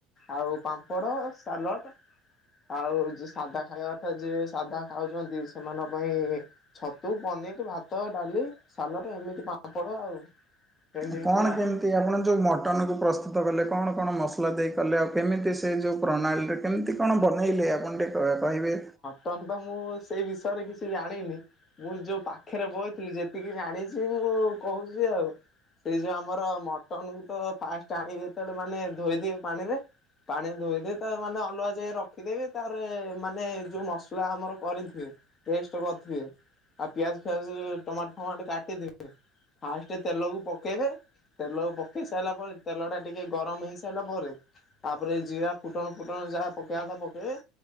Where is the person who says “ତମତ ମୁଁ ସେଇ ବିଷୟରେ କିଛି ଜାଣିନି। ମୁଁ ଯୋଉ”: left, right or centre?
Left